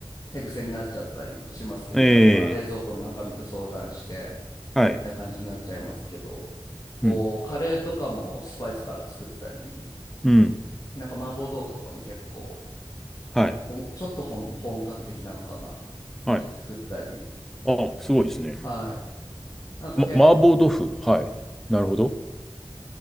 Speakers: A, on the left; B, in the centre.
A: 手癖になっちゃったりしますけど、
B: ええ
A: やっぱ冷蔵庫の中身と相談して、
B: はい。
A: みたいな感じになっちゃいますけど、こうカレーとかもスパイスから作ったり、
B: うん。うん。
A: なんか麻婆豆腐とかも結構、
B: はい。
A: ほんちょっと本本格的なのかな、
B: はい。
A: に作ったり、
B: あ、すごいですね。
A: はい。なんか結構、
B: ま、麻婆豆腐。はい。なるほど。